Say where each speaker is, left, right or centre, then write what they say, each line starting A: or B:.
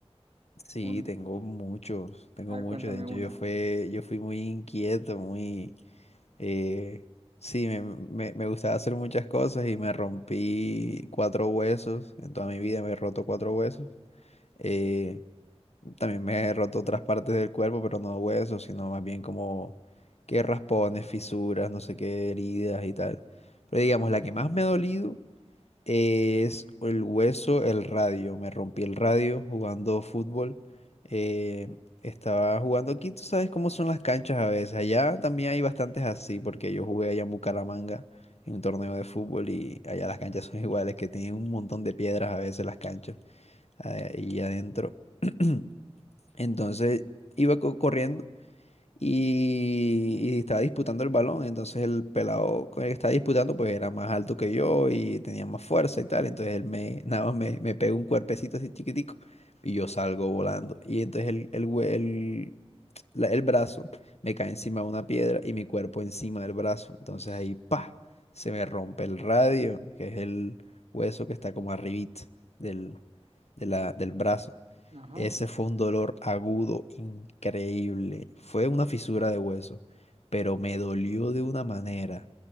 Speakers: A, on the left; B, on the right.
A: Sí,
B: Un-
A: tengo muchos, tengo
B: a ver,
A: muchos.
B: cuéntame
A: De hecho,
B: una.
A: yo fue, yo fui muy inquieto, muy, eh, sí, me, me, me gustaba hacer muchas cosas y me rompí cuatro huesos. En toda mi vida me he roto cuatro huesos. Eh, También me he roto otras partes del cuerpo, pero no huesos, sino más bien como que raspones, fisuras, no sé qué, heridas y tal. Pero digamos, la que más me ha dolido es el hueso, el radio. Me rompí el radio jugando fútbol. Eh, estaba jugando aquí, tú sabes cómo son las canchas a veces. Allá también hay bastantes así, porque yo jugué allá en Bucaramanga en un torneo de fútbol y allá las canchas son iguales, que tienen un montón de piedras a veces las canchas eh, y adentro. <clears throat> Entonces iba co- corriendo y, y estaba disputando el balón. Entonces el pelado con el que estaba disputando pues era más alto que yo y tenía más fuerza y tal. Entonces él me, <laughs> nada más me, me pega un cuerpecito así chiquitico y yo salgo volando. Y entonces el, el, hue- el, la- el brazo me cae encima de una piedra y mi cuerpo encima del brazo. Entonces
B: Uy,
A: ahí pa, se me rompe el radio, que es el hueso que está como arribita del, de la- del brazo.
B: ajá.
A: Ese fue un dolor agudo, increíble. Fue una fisura de hueso, pero me dolió de una manera